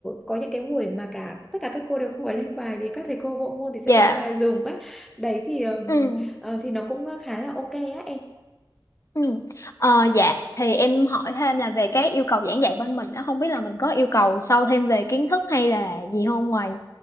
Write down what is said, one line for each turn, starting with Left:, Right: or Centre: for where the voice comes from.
Centre: có những cái buổi mà cả tất cả các cô đều không phải lên bài vì các thầy cô bộ môn thì sẽ
Left: dạ.
Centre: lên bài dùm á. Đấy thì ừm,
Left: Ừ,
Centre: ờ, thì nó cũng khá là ok á em.
Left: ừ. Ờ dạ, thì em hỏi thêm là về cái yêu cầu giảng dạy bên mình nó không biết là mình có yêu cầu sâu thêm về kiến thức hay là gì không ngoài